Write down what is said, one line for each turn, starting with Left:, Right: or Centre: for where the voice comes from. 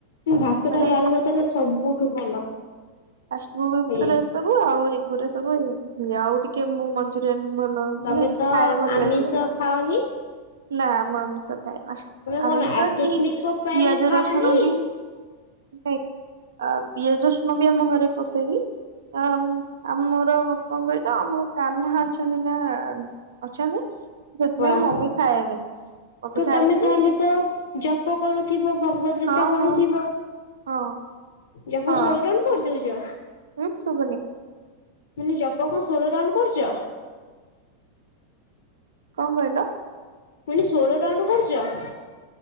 Left: ଭାତ,
Right: ମାନେ
Left: ଡାଲି ଆଳୁ ଭର୍ତ୍ତାଟା ସବୁଠୁ ଭଲ।
Right: ଫାଷ୍ଟ ଫୁଡ୍ ଭିତରୁ
Left: ହୁଁ।
Right: ଏସବୁ, ଆଉ ଗୁରା ସବୁ ଆଉ ଟିକେ ମୁଁ ମଞ୍ଚୁରିଆନ୍ ଭଲ
Left: ତମେ
Right: ମାନେ
Left: ତ
Right: ଖାଏ ଭଲ
Left: ଆମିଷ
Right: ଲାଗେ
Left: ଖାଉନି।
Right: ନା ମୁଁ ଆମିଷ ଖାଏନା
Left: କଣ
Right: ଆମିଷ
Left: ଆଧ୍ୟାତ୍ମିକ
Right: କି ପିଆଜ
Left: ପାଇଁ ଖାଅନି?
Right: ରସୁଣ ବିି <unintelligible> ପିଆଜ ରସୁଣ ବି ଆମ ଘରେ ପଷେଇନି ଆମ ଆମର କଣ କହିଲ ଆମ କାହ୍ନା ଅଛନ୍ତି ନା ଅଛନ୍ତି। ସେଥିପାଇଁ
Left: ବାଃ
Right: ମମି ଖାଏନି। ମମି
Left: ତ
Right: ଖାଏନି
Left: ତମେ ତାହେଲେ ତ ଜପ କରୁଥିବ ଭଗବତ ଗୀତା
Right: ହଁ
Left: ପଢୁଥିବ।
Right: ହଁ ହଁ
Left: ଜପ
Right: ହଁ
Left: ଷୋଳ ଟନ କରିଦଉଛ?
Right: ହୁଁ ଶୁଭନି।
Left: ମୁଁ କହିଲି ଜପ କଣ ଷୋଳ ରାଉଣ୍ଡ କରୁଚ?
Right: କଁ କହିଲ?
Left: ମୁଁ କହିଲି ଷୋହଳ ରାଉଣ୍ଡ କରୁଛ?